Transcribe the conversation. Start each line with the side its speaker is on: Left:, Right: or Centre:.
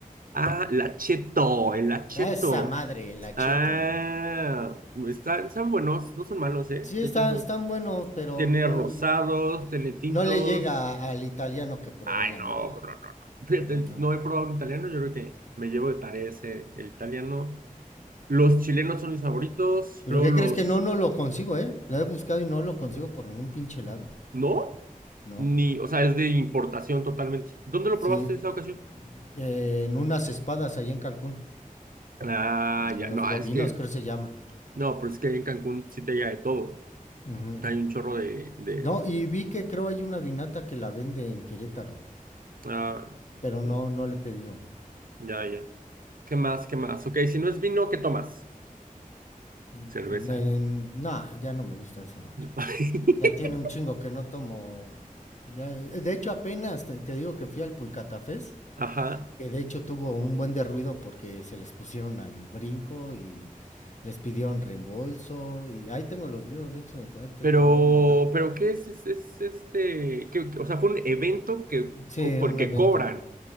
Right: Ah, la Cheto, el Acheto.
Left: Ah, esa madre, la Acheto.
Right: Ah, están, están buenos, no son malos, ¿eh?
Left: Sí, está,
Right: De hecho, son-
Left: están buenos, pero
Right: tiene
Left: no,
Right: rosados, tiene tintos.
Left: no le llega a- al italiano que probé,
Right: Ay,
Left: la
Right: no,
Left: neta.
Right: bro, no, no. Fíjate,
Left: No, no.
Right: no he probado un italiano, yo creo que me llevo de tarea ese, el italiano. Los chilenos son mis favoritos,
Left: Pero
Right: luego
Left: ¿qué
Right: los
Left: crees que no, no lo consigo, eh? Lo he buscado y no lo consigo por ningún pinche lado.
Right: No,
Left: No.
Right: ni, o sea, es de importación totalmente. ¿Dónde lo
Left: Sí,
Right: probaste esa ocasión?
Left: eh, en unas espadas allá en Cancún.
Right: Ah,
Left: Los
Right: ya, no,
Left: bovinos,
Right: es que,
Left: creo que se llama.
Right: no, pero es que ahí en Cancún sí te llega de todo.
Left: Ujú.
Right: Hay un chorro de, de,
Left: No, y vi que creo hay una vinata que la vende en Querétaro,
Right: ah,
Left: pero
Right: mm,
Left: no, no le he pedido.
Right: ya, ya. ¿Qué más, qué más? Ok, si no es vino, ¿qué tomas?
Left: No,
Right: Cerveza.
Left: ya no me gusta esa madre.
Right: <laughs>
Left: Ya tiene un chingo que no tomo. Ya, de hecho, apenas te, te digo que fui al Pulcatafés,
Right: Ajá,
Left: que de hecho tuvo un buen de ruido porque se les pusieron al brinco y les pidieron reembolso. Y ahí tengo los videos, de hecho, te, te-
Right: pero,
Left: te lo voy a mandar.
Right: pero ¿qué es, es, es este? ¿Qué- qué- o sea, fue un evento que,
Left: Sí,
Right: co- co-
Left: un
Right: que
Left: evento.
Right: cobran.